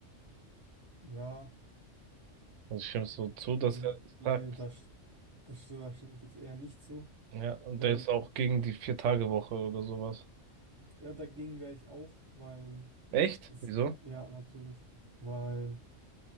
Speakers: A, on the right; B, on the right.
A: Ja,
B: Also ich stimme so zu, dass
A: das,
B: er das
A: nee,
B: sagt.
A: das, das, st- da stimme ich jetzt eher nicht zu.
B: Ja, und
A: Ähm,
B: der ist auch gegen die Vier-Tage-Woche oder sowas.
A: ja, dagegen wäre ich auch, weil
B: Echt?
A: ist,
B: Wieso?
A: ja, natürlich, weil